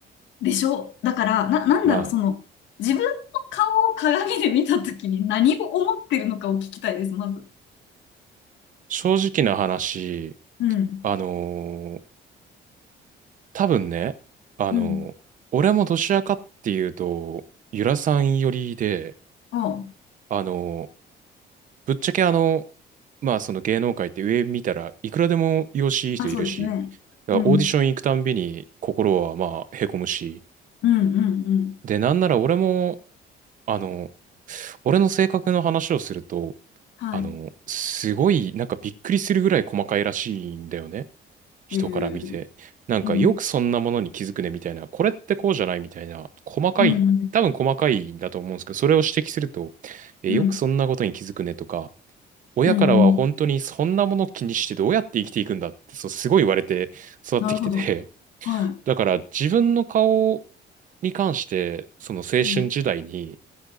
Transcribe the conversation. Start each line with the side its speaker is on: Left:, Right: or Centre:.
Left: でしょだから、な、なんだろう、
Right: まあ、
Left: その、自分の顔を鏡で見たときに何を思ってるのかを聞きたいです、まず。
Right: 正直な話、
Left: うん。
Right: あのー多分ね、あのー俺もどちらかっていうと、
Left: うん。
Right: ゆらさん寄りで、
Left: あ
Right: あのーぶっちゃけあの、まあその芸能界って上見たらいくらでも容姿いい人いるし、
Left: あ、あ、そうですね。
Right: だからオーディション行くたんびに心はまあへこむし、
Left: うん。うん、うん、うん。
Right: で、なんなら俺も、あの、俺の性格の話をすると、
Left: はい。
Right: あの、すごいなんかびっくりするぐらい細かいらしいんだよね。人から見て。
Left: へえ。
Right: なんかよくそんなものに気づくねみたいな、
Left: うん。
Right: これってこうじゃないみたいな、細かい、
Left: うん、うん、
Right: 多分細かいんだと思うんですけど、それを指摘すると、え、
Left: うん、
Right: よくそんなことに気づくねとか、親からは本当にそんなもの気にしてどうやって生きていくんだって、
Left: うん、うん。
Right: そう、すごい言われて育ってきてて、
Left: なるほど。はい。
Right: <laughs> だから自分の顔に関して、その青春時代に、
Left: うん、